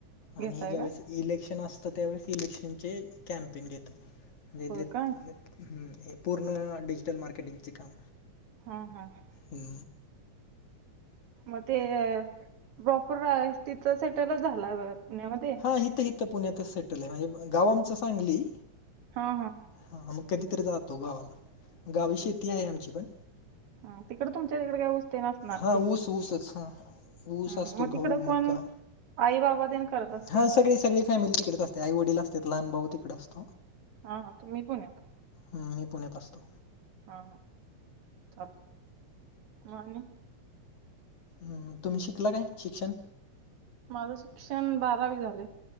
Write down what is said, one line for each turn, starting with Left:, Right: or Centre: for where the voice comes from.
Right: घेताय
Left: आणि ज्यावेेळेस
Right: काय
Left: इलेक्शन असतं त्यावेळेस इलेक्शनचे कॅम्पेन घेतो म्हणजे
Right: होय काय
Left: पूर्ण डिजिटल मारकेटिंगची काम
Right: हम हम हम
Left: हम
Right: मग ते प्रॉपर तिथच सेटलच झाला पुण्यामध्ये
Left: हां इथं इथं पुण्यातच सेटल आहे म्हणजे गाव आमचं सांगली
Right: हा हा
Left: हा मग कधीतरी जातो गावाला गावी शेती आहे आमची पण
Right: ह तिकडे तुमच्या तिकडे काही ऊस तेन असणार
Left: हां ऊस ऊसच हा ऊस
Right: हम्म,
Left: असतो
Right: मग
Left: घऊ,
Right: तिकडं कोण
Left: मका
Right: आई बाबा तेन करत असतील
Left: हा सगळी सगळी फॅमिली तिकडेच असते. ते आई वडील असत्यात लहान भाऊ तिकडं असतो.
Right: हा हा तुम्ही पुण्यात
Left: हम्म मी पुण्यात असतो.
Right: हा हा मग आणि
Left: हम् तुम्ही शिकला काय शिक्षण
Right: माझं शिक्षण बारावी झालंय